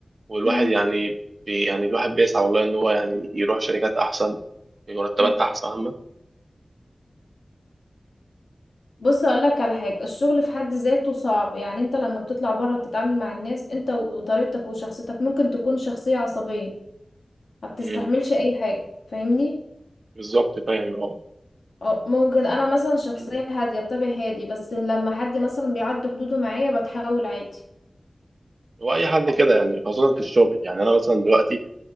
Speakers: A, on the right; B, on the left.
A: والواحد
B: مم.
A: يعني بي يعني الواحد بيسعى والله ان هو يعني يروح شركات احسن بمرتبات
B: مم.
A: احسن فاهمة
B: بص هقول لك على حاجة الشغل في حد ذاته صعب يعني انت لما بتطلع بره بتتعامل مع الناس انت وطريقتك وشخصيتك ممكن تكون شخصية عصبية ما بتستحملش
A: أمم،
B: اي حاجة فاهمني
A: بالظبط فاهم اه
B: أو ممكن انا مثلا شخصيه
A: أمم.
B: هاديه بطبعي هادي بس لما حد مثلا بيعدي حدوده معايا بتحاول عادي
A: هو اي حد كده يعني خاصة في الشغل يعني انا مثلا دلوقتي